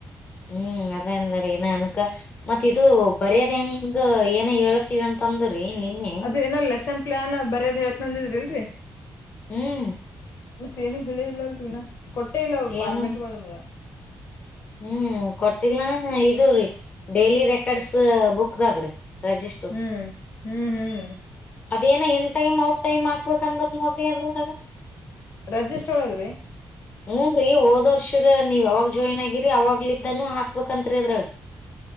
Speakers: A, on the left; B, on the left.
A: ಹ್ಮ್, ಅದೆ ಅಂದರಿ ಈ ಇನ್ನಾ ಅನ್ಕಾ ಮತ್ ಇದು ಬರೆದ ಹೆಂಗ ಏನ ಹೇಳ್ತಿವಿ ಅಂತಂದ್ರಿ ನಿನ್ನೆ.
B: ಅದ ಏನ ಲೆಸ್ಸೆನ್ ಪ್ಲಾನ್ ಬರೆದ್ ಹೇಳ್ತಿನಂದಿದ್ರಿಲ್ರಿ
A: ಹೂಂ <inaudible>
B: ಮತ್ತೇಏನು ಹೇಳಿಲಲ್ಲಡ್ರಿ ಇನ್ನಾ ಕೊಟ್ಟೆ ಇಲ್ಲ
A: ಏನ
B: ಪಾರ್ಮೆಟಗಳು ನಮ್ಗ.
A: ಹ್ಮ್, ಕೊಟ್ಟಿಲ್ಲ ನು ಇದುರಿ ಡೈಲಿ ರೆಕಾರ್ಡ್ಸ್ ಬುಕ್ದಾಗ್ ರಿರೆಜಿಸ್ಟರ್
B: ಹ್ಮ್ ಹ್ಮ್ ಹ್ಮ್
A: ಅದೇನ ಇನ್ ಟೈಮ್ ಔಟ್ ಟೈಮ್ ಮಾಡಬೆಕ್ಂದ್ರ ನೋಡ್ರಿ ಅದ್ರಾ ಗ
B: ರಜಿಸ್ಟರ್ ಒಳಗ ರೀ
A: ಹ್ಮ್, ರೀ ಹೋದ ವರ್ಷದ ನೀವ ಯಾವಾಗ ಜಾಯ್ನ್ ಆಗಿರಿ ಅವಾಗ್ಲಿದ್ದಾನೂ ಹಾಕ್ಬೇಕಂತ್ರಿ ಅದ್ರಾಗ.